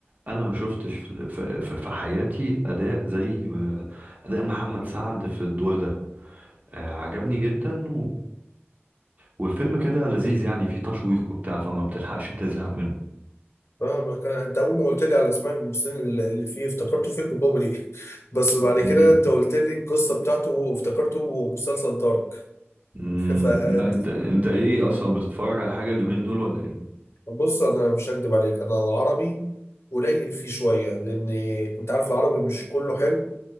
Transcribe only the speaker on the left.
فاهمك انا انت اول ما قلت لي على اسماء الممثلين اللي اللي فيه افتكرته فيلم كوميدي <laughs> بس بعد كده
انت قلت لي القصه بتاعته وافتكرته مسلسل دارك
<laughs> فانت
بص انا مش هكدب عليك انا العربي قليل فيه شويه لان انت عارف العربي مش كله حلو